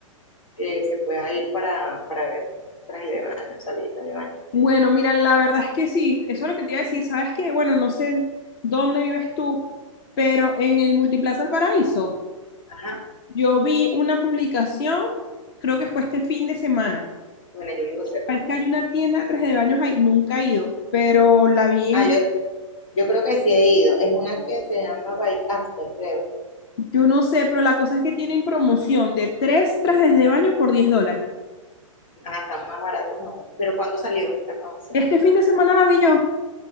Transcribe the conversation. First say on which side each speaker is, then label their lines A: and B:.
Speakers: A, on the left (about 75°); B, on the left (about 45°).
A: que se pueda ir para, para ver ¿no? traje de baño, salida de baño.
B: Bueno, mira, la verdad es que sí. Eso es lo que te iba a decir. ¿Sabes qué? Bueno, no sé dónde vives tú, pero en el Multiplaza El Paraíso,
A: Ajá,
B: yo vi una publicación, creo que fue este fin de semana.
A: bueno, yo vivo cerca.
B: Parece que hay
A: Ajá.
B: una tienda de trajes de baños ahí, nunca he ido, pero la vi
A: Ah,
B: en
A: yo, yo creo que sí he ido. Es una que se llama By After, creo.
B: Yo no sé, pero la cosa es que tienen promoción de tres trajes de baño por 10 dólares.
A: Ah, están más baratos aún. Pero ¿cuándo salió la promoción?
B: Este fin de semana la vi yo,